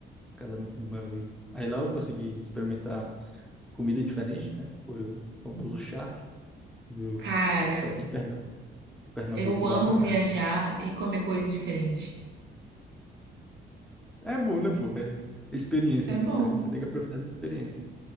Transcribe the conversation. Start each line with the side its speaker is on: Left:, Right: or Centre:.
Centre: casamento do meu amigo. Aí lá eu consegui experimentar comida diferente, né? Foi o famoso charque, do...
Right: Cara,
Centre: só tem Pernam- Pernambuco
Right: eu
Centre: lá.
Right: amo viajar e comer coisa diferente.
Centre: É bom, né, pô? É experiência,
Right: É
Centre: né?
Right: bom.
Centre: Experiência. Você tem que aproveitar essa experiência.